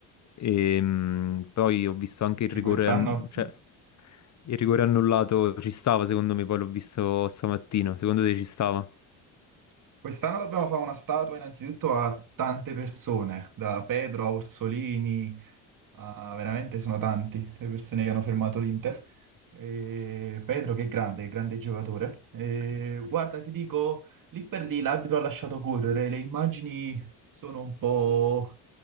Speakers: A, on the left; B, on the right.
A: E, mm, poi ho visto anche il
B: E
A: rigore,
B: quest'anno
A: an- cioè il rigore annullato ci stava secondo me, poi l'ho visto stamattina. Secondo te ci stava?
B: quest'anno dobbiamo fare una statua innanzitutto a tante persone, da Pedro a Orsolini, Ah, veramente sono tanti le persone che hanno fermato l'Inter. E Pedro che è grande, grande giocatore. E guarda, ti dico, lì per lì l'arbitro ha lasciato correre, le immagini sono un po'